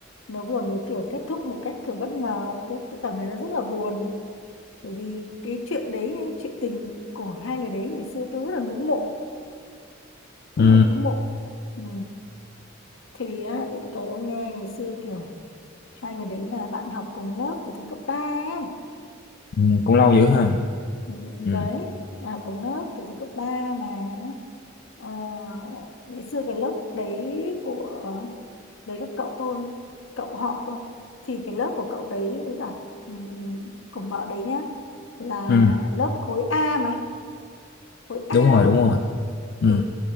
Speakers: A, on the left; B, on the left.
A: nó vừa mới kiểu kết thúc một cách kiểu bất ngờ, tôi, tôi cảm thấy nó rất là buồn. Bởi vì cái chuyện đấy, chuyện tình của hai người đấy ngày xưa tôi rất là ngưỡng mộ,
B: ừ.
A: rất là ngưỡng mộ. Ừ. Thì á, để tôi kể ông nghe ngày xưa kiểu hai người đấy là bạn học cùng lớp từ thời cấp 3 ấy.
B: ừ cũng lâu dữ ha
A: Ừ,
B: ừ
A: đấy, bạn học cùng lớp từ thời cấp 3 mà. Ờ, ngày xưa cái lớp đấy của đấy là cậu tôi cậu họ tôi thì cái lớp của cậu đấy với cả ừm, của vợ đấy nhá là
B: ừ
A: lớp khối A mà khối A
B: đúng
A: ấy,
B: rồi đúng rồi ừ
A: thì